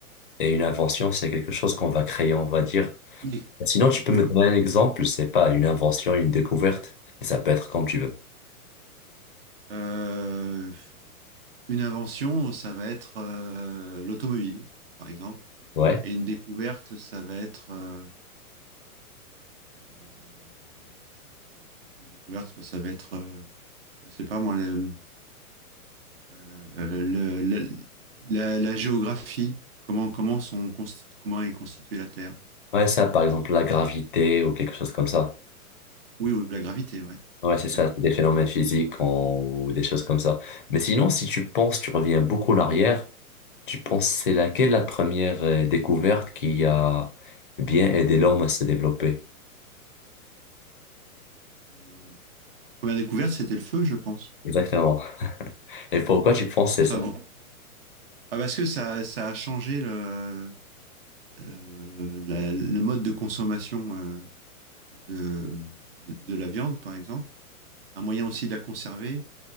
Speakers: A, on the left (about 35°); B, on the right (about 40°).
A: et une invention, c'est quelque chose qu'on va créer, on va dire.
B: Oui.
A: Sinon, tu peux
B: Oui.
A: me donner un exemple, c'est pas une invention, une découverte. Et ça peut être comme tu veux.
B: Euh, une invention, ça va être euh, l'automobile, par exemple.
A: Ouais.
B: Et une découverte, ça va être euh, Euh, toc, toc, toc, toc, une découverte, bah, ça va être, euh, je sais pas moi, le- euh, euh, le- la, la- la géographie, comment, comment, sont constitu- comment est constituée la Terre.
A: Ouais, ça, par exemple, la gravité ou quelque chose comme ça.
B: Oui, ou la gravité, ouais.
A: Ouais, c'est ça,
B: Ouais.
A: c'est des phénomènes physiques en- ou des choses comme ça. Mais sinon, si tu penses, tu reviens beaucoup en arrière, tu penses c'est laquelle la première euh, découverte qui a bien aidé l'homme à se développer?
B: Euh, première découverte, c'était le feu, je pense.
A: Exactement. Et pourquoi tu penses c'est
B: Enfin
A: ça?
B: bon. Ah, parce que ça, ça a changé le, euh, la- le mode de consommation euh, de, de, de la viande, par exemple. Un moyen aussi de la conserver.